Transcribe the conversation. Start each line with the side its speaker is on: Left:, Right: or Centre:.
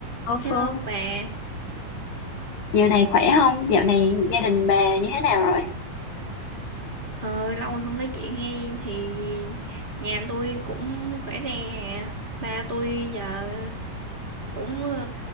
Left: Ô
Right: Hello
Left: Phương,
Right: bà,
Left: dạo này khỏe không? Dạo này gia đình bà như thế nào rồi?
Right: ờ, lâu rồi không nói chuyện hay thì nhà tôi cũng khỏe re à. Ba tôi giờ cũng ờ,